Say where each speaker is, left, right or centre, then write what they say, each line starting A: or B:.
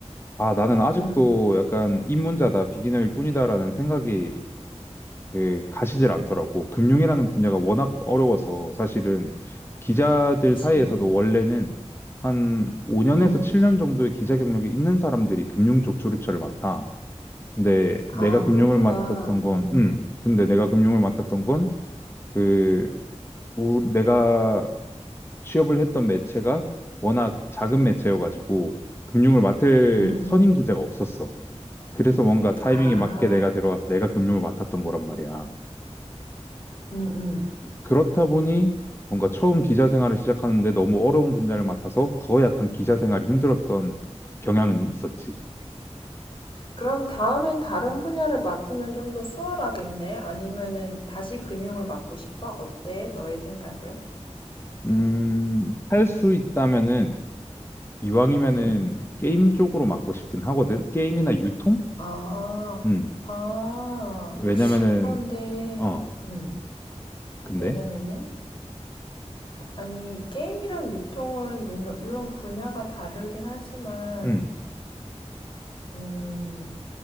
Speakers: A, on the left; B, on the left.
A: 아, 나는 아직도
B: 응.
A: 약간 입문자다, 비기너일 뿐이다라는 생각이 그 가시질 않더라고. 금융이라는 분야가 워낙 어려워서 사실은 기자들
B: 그치.
A: 사이에서도 원래는 한 5년에서
B: 응.
A: 7년 정도의 기자 경력이 있는 사람들이 금융 쪽 주류처를 맡아. 근데
B: 아,
A: 내가 금융을
B: 그렇구나.
A: 맡았던 건,
B: 응,
A: 음, 근데 내가 금융을 맡았던 건 그, 우리, 내가 취업을 했던 매체가 워낙 작은 매체여가지고 금융을 맡을
B: 응,
A: 선임
B: 응.
A: 기자가 없었어. 그래서 뭔가 타이밍에
B: 아,
A: 맞게 내가 들어가서 내가 금융을 맡았던 거란 말이야.
B: 응, 응.
A: 그렇다 보니 뭔가 처음 기자 생활을 시작하는데 너무 어려운 분야를 맡아서 더 약간 기자 생활이 힘들었던 경향은 있었지.
B: 그럼 다음엔 다른 분야를 맡으면 좀 더 수월하겠네? 아니면은 다시 금융을 맡고 싶어? 어때? 너의 생각은?
A: 음, 할 수 있다면은 이왕이면은
B: 응.
A: 게임 쪽으로 맡고 싶긴 하거든. 게임이나 유통?
B: 아,
A: 음.
B: 아,
A: 왜냐면은
B: 어, 근데,
A: 어,
B: 음,
A: 근데
B: 왜냐면은, 아니, 게임이랑 유통은 물론, 물론 분야가 다르긴 하지만,
A: 음.
B: 음,